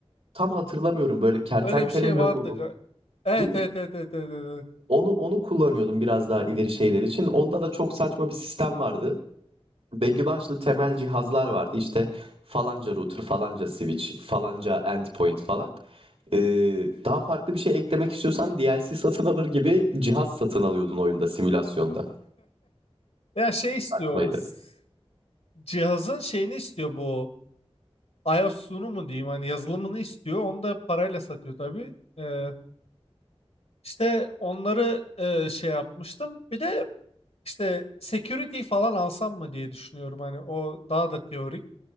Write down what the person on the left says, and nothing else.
Öyle bir şey
vardı. ga- Evet
evet evet evet evet. evet. evet.
Ya şey istiyor
s- cihazın şeyini istiyor bu. iOS'unu mu diyeyim hani yazılımını istiyor. Onu da parayla satıyor tabii. Ee, işte onları e, şey yapmıştım. Bir de işte security falan alsam mı diye düşünüyorum. Hani o daha da teorik.